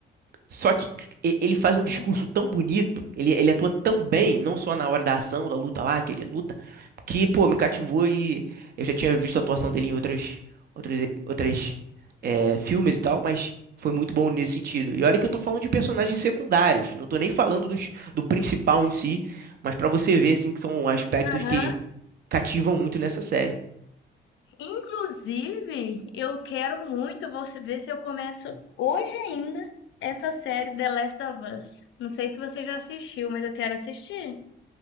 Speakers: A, on the right; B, on the left.
A: só que e- ele faz um discurso
B: Hum.
A: tão bonito, ele, ele atua tão bem, não só na hora da ação, da luta lá, que ele luta, que, pô, me cativou e eu já tinha visto a atuação dele em outras, outras, ep- outras é, filmes e tal, mas foi muito bom nesse sentido. E olha que eu tô falando de personagens secundários, não tô nem falando dos, do principal em si, mas pra você ver, assim, que são aspectos
B: Aham.
A: que cativam muito nessa série.
B: Inclusive, eu quero muito, vou se- ver se eu começo hoje ainda essa série The Last of Us. Não sei se você já assistiu, mas eu quero assistir.